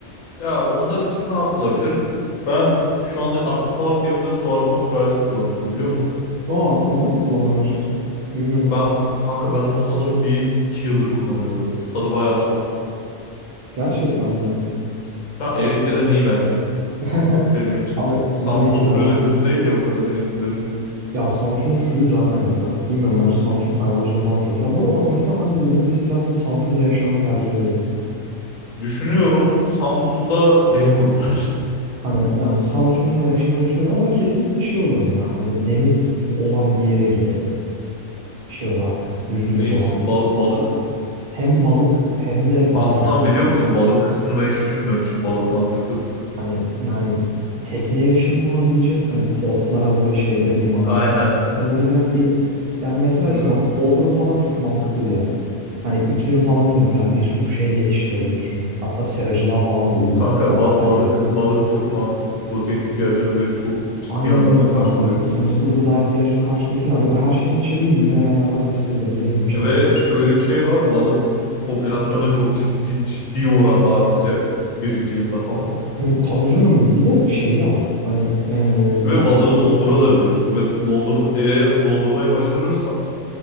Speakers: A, on the left; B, on the right.
A: Ya onlar için ne yapılabilir? Ben şu anda aktif olarak evimde su arıtma sürahisi kullanıyorum biliyor musun?
B: Aa ondan mı kullanmaya başlasam? Bilmiyorum.
A: Ben kanka ben onu sanırım bir iki yıldır kullanıyorum. Tadı bayağı soft.
B: Gerçekten mi?
A: Ha, Erikli'den iyi bence
B: <laughs>
A: benim için.
B: Abi
A: Samsun
B: bilmiyorum
A: suyu
B: ya ben.
A: da kötü değil ya o kadar Erikli'den iyi.
B: Ya Samsun'un suyu zaten güzel. Bilmiyorum bence Samsun hayvancılığı falan da çok güzel. Bu arada bak mesela hani zombi istilasında Samsun'da yaşamayı tercih edebilirim.
A: Düşünüyorum Samsun'da beni vururlar. <laughs>
B: Hani yani Samsun'da yaşamayı düşünebilirim ama kesinlikle şey olurum ya. Hani deniz olan bir yere giderim şey olarak yüzde
A: Ne
B: yüz oranla.
A: için? Ba- balık mı?
B: Hem balık hem de güvenlilik.
A: Aslında biliyor musun balık kısmını ben hiç düşünmemiştim. Balık mantıklı.
B: Hani yani tekne erişimim olabilecek. Hani portlara böyle şeylere limanlara
A: Aynen.
B: falan yakın olacak bir yer. Mesela
A: V-
B: işte bak Bodrum falan çok mantıklı bir yer. Hani iklim falan da güzel. Bir sürü şey de yetiştirebiliyorsun. Hatta seracılığa falan da uygun.
A: Kanka
B: Antalya.
A: ba- balık balık çok mantıklı. Protein ihtiyacını direkt çok ciddi
B: Aynen
A: anlamda
B: öyle
A: karşılıyor.
B: abi. Hani sınırsız gıda ihtiyacını karşılıyorsun. Ya böyle her şeyin yetişebildiği güzel yerlerden birisine gidelim. Ne bileyim işte.
A: Ve şöyle bir şey var. Balık popülasyonda çok ciddi ciddi oranda artacak. Birinci yılda falan.
B: Hmm, Tabii canım. Bir de şeyi de var. Hani ee,
A: Ve
B: ya
A: balığı
B: sonuçta.
A: dondurabiliyorsun. Ve dondurma eğer dondurmaya başarırsan